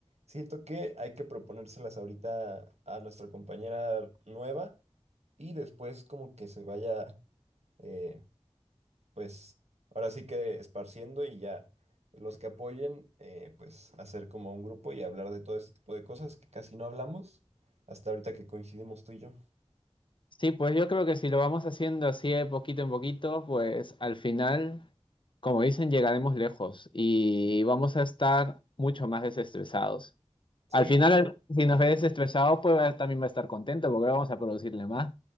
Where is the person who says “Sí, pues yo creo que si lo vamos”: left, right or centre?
Left